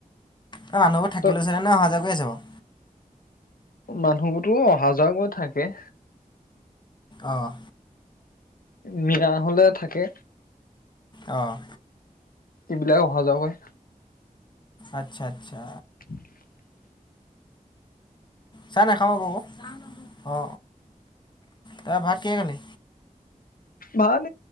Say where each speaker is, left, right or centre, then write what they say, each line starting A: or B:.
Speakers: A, on the left; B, on the left.
A: এই মানুহবোৰ থাকিল
B: ত
A: লৈছেে নে অহা যোৱা কৰি আছে বাৰ
B: মানুহবোৰতো অহা যোৱা গ থাকে।
A: অঁ
B: মিয়া হলে থাকে।
A: অঁ
B: এইবিলাক অহা যোৱাগৈ।
A: আচ্ছা আচ্ছা।
B: <unintelligible>
A: চাই নাখাওঁ কব অ অ তাৰ ভাত কি খালি।
B: ভাল